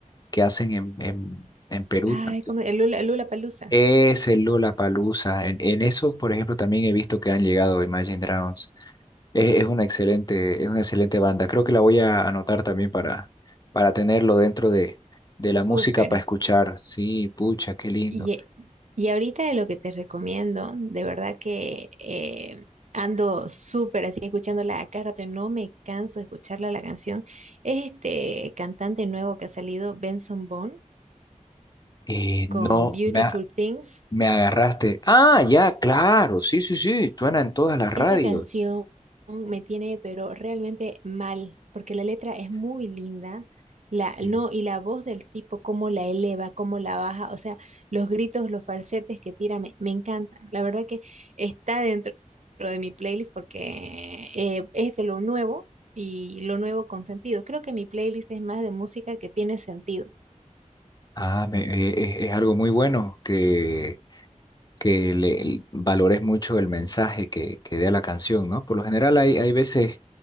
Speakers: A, on the left (about 30°); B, on the right (about 60°).
A: que hacen en, en, en Perú
B: Ay,
A: también.
B: ¿cómo? El Lula, Palusa.
A: Es el Lollapalooza. En, en eso, por ejemplo, también he visto que han llegado Imagine Dragons. Es, es una excelente, es una excelente banda. Creo que la voy a anotar también para, para tenerlo dentro de, de
B: Súper.
A: la música para escuchar. Sí, pucha, qué lindo.
B: Y, y ahorita de lo que te recomiendo, de verdad que eh, ando súper así escuchándola a cada rato y no me canso de escucharla la canción, es este cantante nuevo que ha salido, Benson Boone,
A: Eh,
B: con
A: no,
B: Beautiful
A: me, a-
B: Things.
A: me agarraste. Ah, ya, claro. Sí, sí, sí. Suena en todas las radios.
B: Esa canción me tiene, pero realmente mal, porque la letra es muy linda, la,
A: Mm.
B: no, y la voz del tipo, cómo la eleva, cómo la baja, o sea, los gritos, los falsetes que tira, me, me encantan. La verdad que está dentro de mi playlist porque eh, es de lo nuevo y lo nuevo con sentido. Creo que mi playlist es más de música que tiene sentido.
A: Ah, me- eh, eh, es algo muy bueno que que le el- valores mucho el mensaje que, que dé la canción, ¿no? Por lo general hay, hay veces,